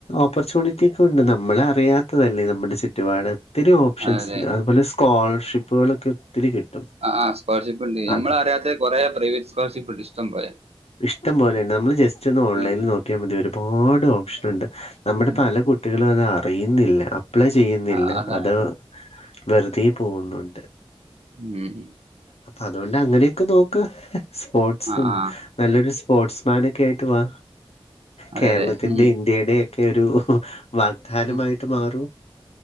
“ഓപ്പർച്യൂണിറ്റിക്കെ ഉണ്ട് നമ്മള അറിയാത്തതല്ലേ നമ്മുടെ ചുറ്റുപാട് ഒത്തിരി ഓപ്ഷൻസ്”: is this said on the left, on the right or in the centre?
Left